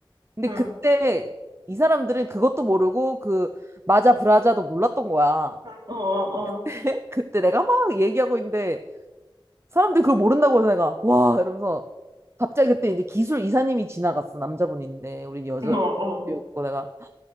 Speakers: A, on the right (about 30°); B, on the right (about 50°).
A: 근데
B: 응,
A: 그때 이 사람들은 그것도 모르고 그 마자 브라자도 몰랐던 거야.
B: 어, 어.
A: <laughs> 그때 내가 막 얘기하고 있는데 사람들이 그걸 모른다고 해서 내가 와 이러면서 갑자기 그때 이제 기술 이사님이 지나갔어 남자분인데 우린 여자였고
B: 어, 어.
A: 내가